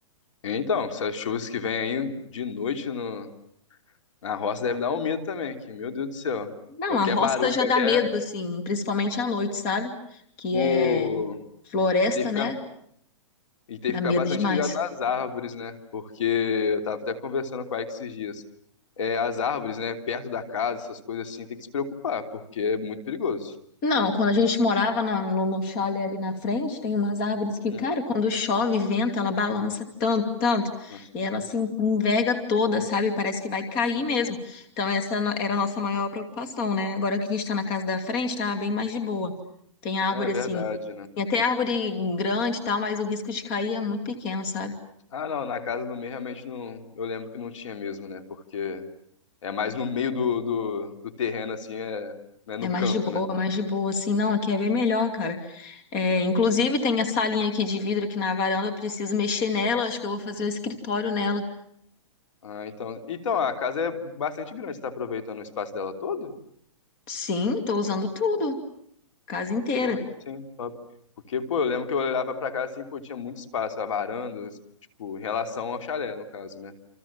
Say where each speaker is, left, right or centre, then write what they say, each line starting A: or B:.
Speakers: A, on the left (about 65°); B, on the left (about 25°).
A: Então, essas chuvas que vêm aí de noite no, Na roça deve dar um medo também, que, meu Deus do céu.
B: Não,
A: Qualquer
B: a roça
A: barulho,
B: já
A: qualquer.
B: dá medo, assim, principalmente à noite, sabe? Que
A: O...
B: é floresta,
A: E tem que ficar,
B: né?
A: e tem
B: Dá
A: que ficar
B: medo
A: bastante
B: demais.
A: ligado nas árvores, né? Porque eu tava até conversando com a Ike esses dias. É, as árvores, né? Perto da casa, essas coisas assim, tem que se preocupar, porque é muito perigoso.
B: Não, quando a gente morava na- no, no chalé ali na frente, tem umas árvores que,
A: Hum,
B: cara, quando chove, venta, ela balança tanto, tanto,
A: nossa.
B: e ela se enverga toda, sabe? Parece que vai cair
A: Hum,
B: mesmo.
A: hum.
B: Então, essa é no- era a nossa maior preocupação, né? Agora que a gente tá na casa da frente, tá bem mais de boa. Tem árvore
A: Ah, É verdade,
B: assim,
A: né?
B: tem até árvore grande e tal, mas o risco de cair é muito pequeno, sabe?
A: Ah, não, na casa do meio realmente não. Eu lembro que não tinha mesmo, né? Porque é mais no meio do, do, do terreno, assim, é, né, no
B: É mais
A: canto,
B: de boa,
A: né?
B: mais de boa, assim. Não, aqui é bem melhor, cara. É, inclusive, tem a salinha aqui de vidro aqui na varanda, eu preciso mexer nela, acho que eu vou fazer o escritório nela.
A: Ah, então, então a casa é bastante grande, você tá aproveitando o espaço dela todo?
B: Sim, tô usando tudo, casa inteira.
A: Pô, aí sim, top. Porque, pô, eu lembro que eu olhava pra casa assim, pô, tinha muito espaço, a varanda, tipo, em relação ao chalé, no caso, né?